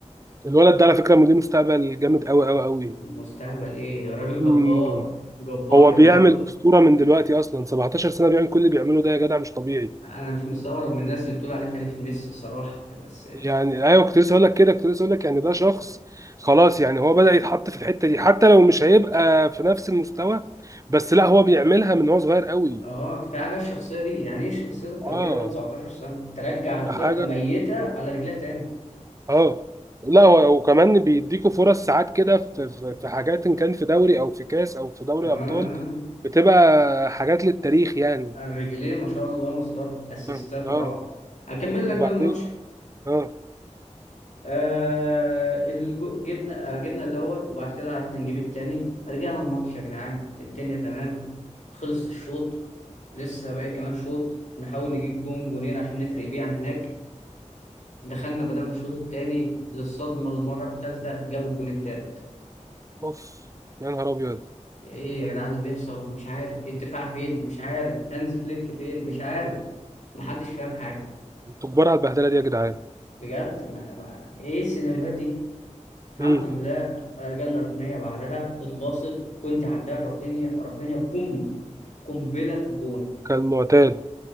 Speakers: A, on the right; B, on the left.
A: الولد ده على فكره ليه مستقبل جامد قوي قوي قوي
B: مستهبل ايه راجل
A: مم.
B: جبار جبار
A: هو
B: يا
A: بيعمل
B: راجل
A: اسطوره من دلوقتي اصلا 17 سنه بيعمل كل اللي بيعمله ده يا جدع مش طبيعي
B: انا مش مستغرب من الناس اللي بتقول عليه خليفة ميسي الصراحة بس
A: يعني ايوه كنت لسه اقول لك كده كنت لسه اقول لك يعني ده شخص خلاص يعني هو بدأ يتحط في الحته دي حتى لو مش هيبقى في نفس المستوى بس لا هو بيعملها من هو صغير قوي
B: اه كفاية على الشخصية دي يعني ايه شخصيتك تبقى
A: اه
B: كده وانت 19 سنة ترجع الفرقة
A: حاجه
B: ميتة على رجليها تاني
A: اه لا هو- وكمان بيديكوا فرص ساعات كده في في في حاجات ان كان في دوري او في كاس او في دوري
B: اه
A: ابطال بتبقى حاجات للتاريخ يعني
B: اه الرجلين ما شاء الله مسطرة اسيستات
A: اه اه
B: روعة هكمل
A: وبعدين
B: لك بقى الماتش
A: اه
B: آه الجو... جبنا آه جبنا الاول وبعد كده عرفنا نجيب التاني رجعنا الماتش يا جدعان الدنيا تمام خلص الشوط لسه باقي كمان شوط نحاول نجيب جون جونين عشان نفرق بيه عن هناك دخلنا بدأنا الشوط التاني للصدمة المرة التالتة جابوا الجون التالت
A: اوف يا نهار ابيض
B: ايه يا جدعان اللي بيحصل مش عارف الدفاع فين مش عارف هانز فليك فين مش عارف محدش فاهم حاجة
A: انتوا كبار على البهدله دي يا جدعان
B: بجد ما ما ايه السيناريوهات دي الحمد
A: مم.
B: لله آه، جالنا ركنية بعدها اتباصت كنت عداها رافينيا رافينيا بوم قنبلة في الجون
A: كان معتاد